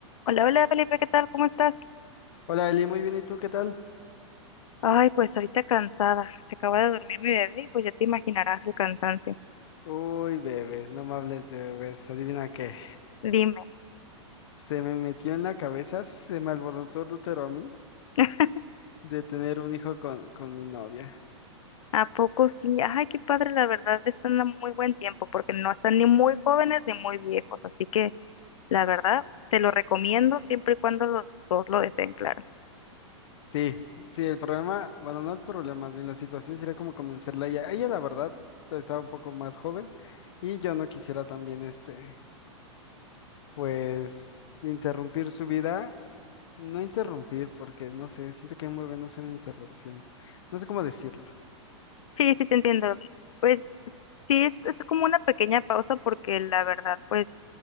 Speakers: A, on the left; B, on the left.
A: Hola, hola Felipe, ¿qué tal? ¿Cómo estás?
B: Hola Eli, muy bien, ¿y tú qué tal?
A: Ay, pues ahorita cansada. Se acaba de dormir mi bebé y pues ya te imaginarás el cansancio.
B: Uy, bebés, no me hables de bebés, adivina qué.
A: Dime,
B: Se me metió en la cabeza, se me alborotó el útero a mí
A: <laughs>
B: de tener un hijo con, con mi novia.
A: ¿a poco sí? Ay, qué padre, la verdad están a muy buen tiempo porque no están ni muy jóvenes ni muy viejos. Así que la verdad te lo recomiendo siempre y cuando los dos lo deseen, claro.
B: Sí, sí, el problema, bueno, no el problema, de la situación sería como convencerla a ella. Ella, la verdad, estaba un poco más joven y yo no quisiera también, este, pues, interrumpir su vida. No interrumpir, porque no sé, siento que un bebé no es una interrupción. No sé cómo decirlo.
A: Sí, sí, te entiendo. Pues sí, es, es como una pequeña pausa porque la verdad, pues...